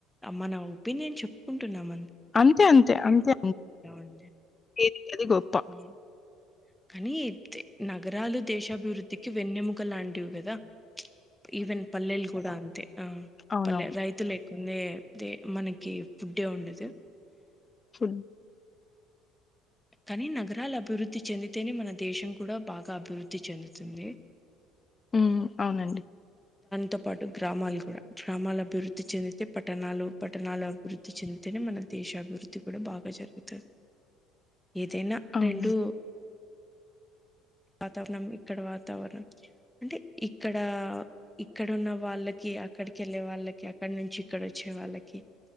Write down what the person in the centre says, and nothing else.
మన ఒపీనియన్ చెప్పుకుంటున్నామ
ఉంది
ఉమ్. కానీ నగరాలు దేశాభివృద్ధికి వెన్నెముక లాంటివి కదా ఈవెన్ పల్లెలు కూడా అ ఆ
పల్లె రైతుల ందేే మనకి ఫుడ్డే ఉండదు
కానీ నగరాలు అభివృద్ధి చెందితేనే మన దేశం కూడా బాగా అభివృద్ధి చెందుతుంది
తో పాటు గ్రామాలు కూడా గ్రామాల అభివృద్ధి చెందితే పట్టణాలు పట్టణాల అభివృద్ధి చెందితేనే మన దేశ అభివృద్ధి ది కూడా బాగా జరుగుతుంది ఏదైనా
రెండు వాతావరణం ఇక్కడ వాతావరణం అంటే ఇక్కడ ఇక్కడన్న వాళ్ళకి అక్కడికి వెళ్ళే వాళ్ళకి అక్కడ నుంచి ఇక్కడ వచ్చే వాళ్ళకి